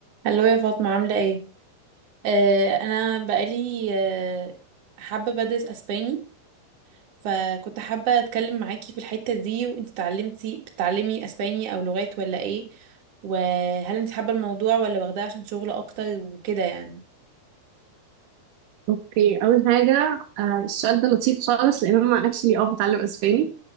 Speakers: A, on the right; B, on the right.
A: هلو يا فاطمة عاملة ايه؟ آه انا بقالي آه حابة بدرس اسباني فكنت حابة اتكلم معاكي في الحتة دي وانت اتعلمتي بتتعلمي اسباني او لغات ولا ايه؟ وهل انت حابة الموضوع ولا واخداه عشان شغل اكتر وكده يعني؟
B: اوكي اول حاجه آه، السؤال ده لطيف خالص لان انا اكشلي اه بتعلم اسباني